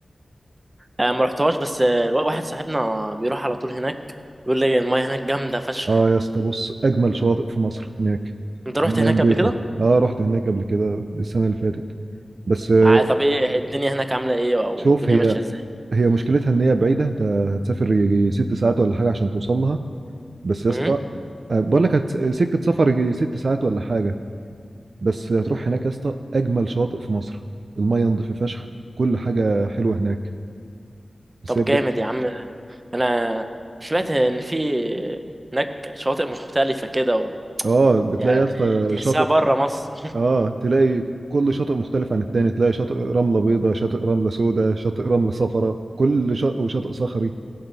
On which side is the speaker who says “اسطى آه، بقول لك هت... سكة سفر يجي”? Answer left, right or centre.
Right